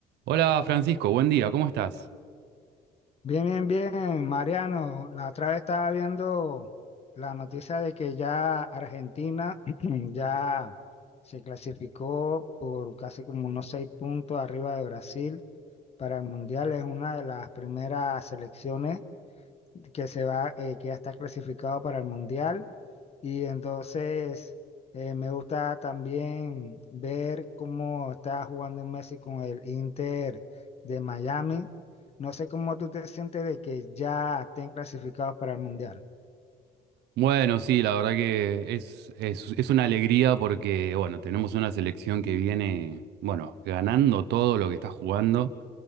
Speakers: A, on the right; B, on the left.
A: Hola Francisco, buen día, ¿cómo estás?
B: Bien, bien, bien, Mariano. La otra vez estaba viendo la noticia de que ya Argentina <clears throat> ya se clasificó por casi como unos seis puntos arriba de Brasil para el Mundial. Es una de las primeras selecciones que se va, eh, que ya está clasificado para el Mundial. Y entonces eh, me gusta también ver cómo está jugando Messi con el Inter de Miami. No sé cómo tú te sientes de que ya estén clasificados para el Mundial.
A: Bueno, sí, la verdad que es, es, es una alegría porque, bueno, tenemos una selección que viene, bueno, ganando todo lo que está jugando.